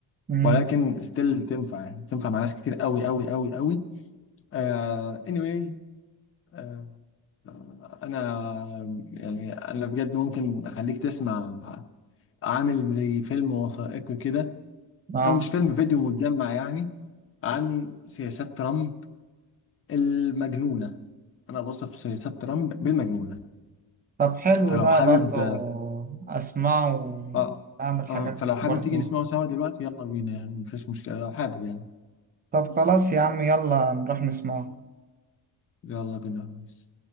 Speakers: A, on the right; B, on the left.
A: امم
B: ولكن ستيل تنفع يعني تنفع مع ناس كتير قوي قوي قوي قوي آه anyway آه انا يعني انا بجد ممكن اخليك تسمع عامل زي فيلم وثائقي كده
A: اه
B: او مش فيلم فيديو متجمع يعني عن سياسات ترامب المجنونة انا بوصف سياسات ترامب بالمجنونة
A: طب حلو
B: فلو
A: ده
B: حابب
A: برضه أسمعه وأعمل
B: اه
A: حاجات
B: اه فلو حابب
A: برضه
B: تيجي نسمعه سوا دلوقتي يلا بينا يعني مفيش مشكلة لو حابب يعني
A: طب خلاص يا عم يلا نروح نسمعه
B: يلا بينا يا ريس.